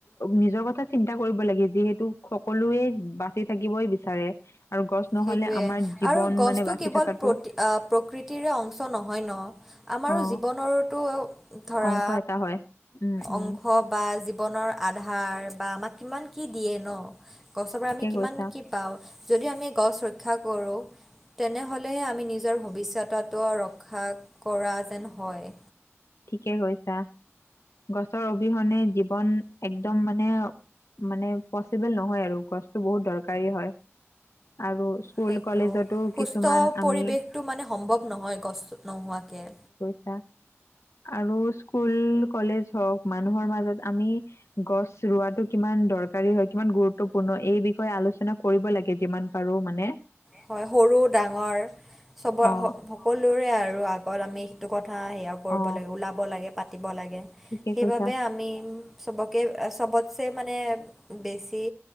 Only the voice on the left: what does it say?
নিজৰ কথা চিন্তা কৰিব লাগে, যিহেতু সকলোৱে বাচি থাকিবই বিচাৰে। আৰু গছ নহ'লে,
আমাৰ জীৱন
মানে, বাচি
থকাটো
অ
অংশ এটা হয় উম উম
ঠিকে
কৈছা
ঠিকে কৈছা! গছৰ অবিহনে জীৱন একদম মানে মানে পচিবল নহয় আৰু গছটো বহুত দৰকাৰী হয়। আৰু স্কুল
কলেজতো
কিছুমান
আমি
<unintelligible> আৰু স্কুল-কলেজ হওক মানুহৰ মাজত আমি গছ ৰোৱাটো কিমান দৰকাৰী হয়। কিমান গুৰুত্বপূৰ্ণ এই বিষয়ে আলোচনা কৰিব লাগে যিমান পাৰো মানে।
অ
অ
ঠিকে
কৈছা